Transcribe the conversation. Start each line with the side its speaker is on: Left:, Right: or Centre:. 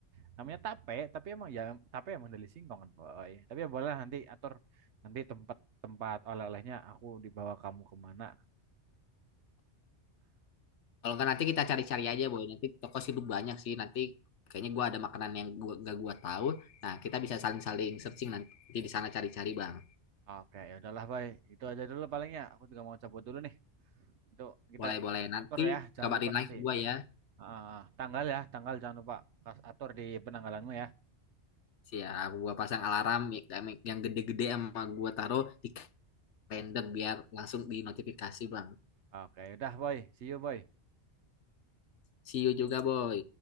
Right: namanya tape tapi emang ya tape emang dari singkong kan boy tapi ya boleh nanti atur nanti tempat tempat oleh-olehnya aku dibawa kamu kemana
Left: Kalau nggak nanti kita cari-cari aja boy. Nanti toko sih lu banyak sih. Nanti kayaknya gua ada makanan yang gua gak gua tahu. Nah, kita bisa saling-saling searching nanti di sana cari-cari, Bang.
Right: Ah, oke ya udahlah boy itu aja dulu palingnya aku juga mau cabut dulu nih Itu kita
Left: Boleh-boleh nanti
Right: atur ya, jangan
Left: kabarin
Right: lupa
Left: lagi
Right: nanti.
Left: ke gua ya.
Right: Ah, tanggal ya, tanggal jangan lupa kas atur di penanggalanmu ya.
Left: Siap, gua pasang alarm yang yang gede-gede sama gua taruh di random biar langsung di notifikasi bang.
Right: Oke, udah boy, see you boy.
Left: See you juga boy.